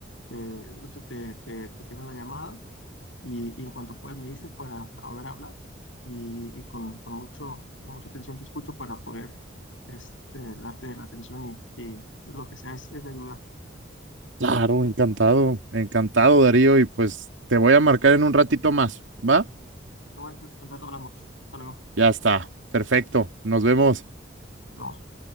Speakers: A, on the left; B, on the right.
A: eh, ahorita te, te, te termino la llamada Y, y en cuanto puedas me dices para, para volver a hablar y, y con, con mucho, con mucha atención te escucho para poder este, darte la atención y, y lo que sea es, es de ayuda.
B: Claro, encantado, encantado, Darío, y pues te voy a marcar en un ratito más, ¿va?
A: Bueno, entonces, en rato hablamos. Hasta luego.
B: Ya está, perfecto, nos vemos.
A: Nos vemos.